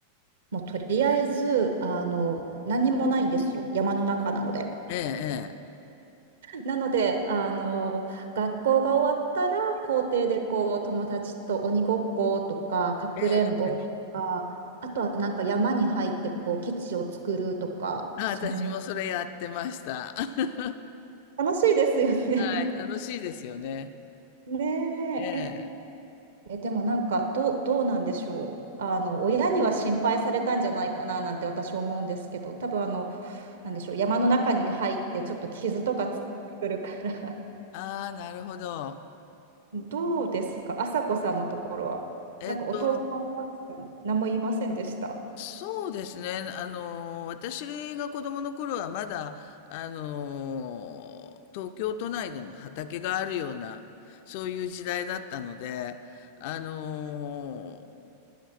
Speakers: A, on the right; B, on the left.
A: もうとりあえず、あの、何にもないんですよ。山の中なので。
B: ええ、
A: なので、あの、学校が終わったら、校庭でこう、友達と鬼ごっことか、かくれんぼとか、
B: ええ、ええ。
A: あとはなんか山に入ってこう、基地を作るとか、
B: あ、
A: そん
B: 私もそれやってました。<laughs>
A: 楽しいですよね。
B: はい、楽しいですよね。
A: <laughs> ねえ、
B: ええ。
A: え、えでもなんかどう、どうなんでしょう。あの、親には心配されたんじゃないかななんて私思うんですけど、多分あの、なんでしょう、山の中に入ってちょっと傷とかつけってくるから
B: ああ、なるほど。
A: どうですか、朝子さんのところは。
B: えっと、
A: なんかお父さん、お母さん、何も言いませんでした。
B: そうですね。あの、私が子供の頃はまだ、あの、東京都内でも畑があるような、そういう時代だったので、あの、